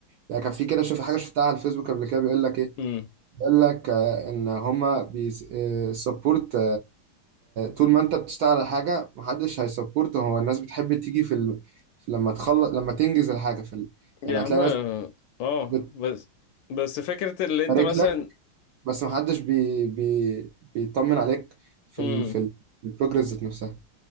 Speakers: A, on the right (about 70°); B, on the left (about 75°).
A: يعني كان في كده شوف حاجه شفتها على الفيسبوك قبل كده بيقول لك ايه
B: مم.
A: بيقول لك آه، ان هما بيسبورت طول ما انت بتشتغل على حاجه محدش هيسبورت هو الناس بتحب تيجي في, ال... في لما تخلص لما تنجز الحاجه في ال...
B: يا
A: يعني
B: عم
A: هتلاقي
B: اه
A: ناس
B: آه،
A: بتبارك
B: بس بس فكره اللي انت
A: لك
B: مثلا
A: بس ما حدش بي بي بيطمن عليك في
B: مم.
A: ال في ال- في البروجرس ذات نفسها